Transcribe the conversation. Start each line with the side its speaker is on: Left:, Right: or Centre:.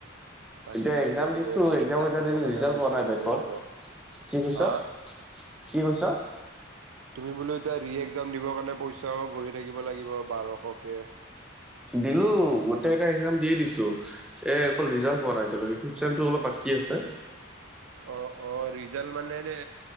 Right: তাকেতো
Centre: এতিয়া একজাম
Right: তুমি
Centre: দিছো,
Right: ৰি
Centre: একজামৰ
Right: এক্জাম দিবৰ
Centre: এতিয়া
Right: কাৰণে
Centre: ৰিজাল্ট
Right: পইচাও
Centre: পোৱা নাই
Right: দিব
Centre: বেকৰ।
Right: লাগিব
Centre: কি কৈছ?
Right: হা
Centre: কি কৈছ?
Right: তুমি বোলো এতিয়া ৰি একজাম দিবৰ কাৰণে পইচাও ভৰি থাকিব লাগিব বাৰশকে।
Centre: দিলো, গোটেইকেইটা একজাম দি দিছোঁ। এ অকল ৰিজাল পোৱা নাই এতিয়ালকে ফিকচাৰটো অলপ বাকী আছে।
Right: অ অ ৰিজাল্ট মানে ৰে